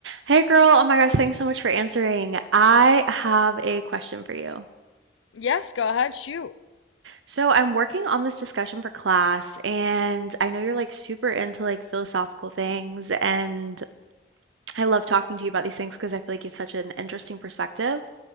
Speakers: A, on the right (about 80°); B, on the left (about 90°).
A: Hey girl, oh my gosh, thanks so much for answering. I have a question for you.
B: Yes, go ahead, shoot.
A: So, I'm working on this discussion for class, and I know you're like super into like philosophical things, and I love talking to you about these things because I feel like you have such an interesting perspective.